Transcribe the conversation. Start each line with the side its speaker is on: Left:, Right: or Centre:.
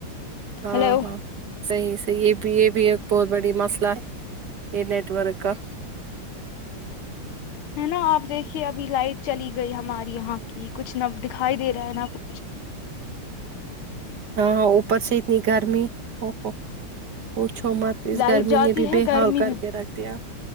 Right: ہاں
Left: ہیلو
Right: ہاں صحیح صحیح یہ بھی یہ بھی ایک بہت بڑی مسئلہ ہے یہ نیٹورک کا
Left: ہے نا آپ دیکھیے ابھی لائٹ چلی گئی ہماری یہاں کی کچھ نہ دکھائی دے رہا ہے نا کچھ
Right: ہاں ہاں اوپر سے اتنی گرمی ا پوچھو مت
Left: لائٹ
Right: گرمی
Left: جاتی
Right: نے بھی
Left: ہے
Right: بے
Left: گرمی
Right: حال کر
Left: بھی
Right: کے رکھ دیا